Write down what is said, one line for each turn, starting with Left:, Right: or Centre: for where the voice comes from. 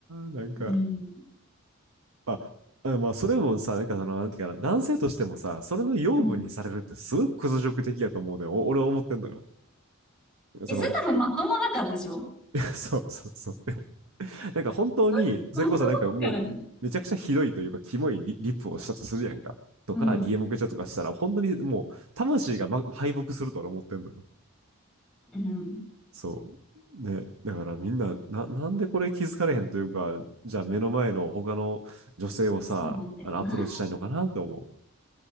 Right: なんか、
Centre: うん。
Right: まあ、あまあ、それもさ、なんかその、なんていうかな、男性としてもさ、それの養分にされるってすごく屈辱的やと思うのよ。
Centre: うん。
Right: お俺は思ってんのよ。その、
Centre: え、それ多分まともだからでしょ
Right: <laughs> そうそうそう。<laughs> なんか本当に、
Centre: それまともだからじゃん。
Right: それこそなんかもう、めちゃくちゃひどいというか、キモいリ、リップをしたとするやんか。とか、
Centre: うん。
Right: DM くれちゃとかしたら、本当にもう、魂が、ま、敗北すると俺思ってんのよ。
Centre: うん。
Right: そう。ね。だからみんな、な、なんでこれ気づかれへんというか、じゃあ目の前の他の女性をさ、
Centre: そうなんだよな。
Right: あのアプローチしたいのかなって思